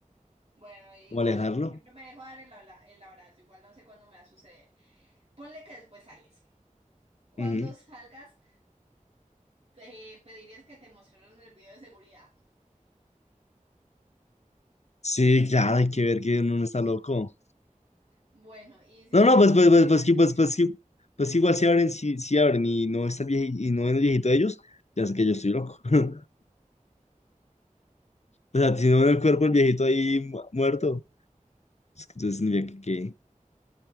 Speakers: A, on the right; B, on the left.
A: bueno, igual,
B: Como alejarlo.
A: por ejemplo, me dejo dar el, habla- el abrazo, igual no sé cuándo me va a suceder. Ponle que después sales. Cuando
B: Ujú.
A: salgas, te pedirías que te mostraran el video de seguridad.
B: Sí, claro, hay que ver que uno no está loco.
A: Bueno, y si
B: No, no, pues,
A: por
B: pues,
A: el
B: pues,
A: video
B: pues,
A: de
B: que-
A: seguridad.
B: pues, pues, que- pues que igual si abren, si, si abren y no está el viejito, y no ven el viejito de ellos, ya sé que yo estoy loco. <laughs> O sea, si no ven el cuerpo del viejito ahí mu- muerto, es que entonces tendría que, que...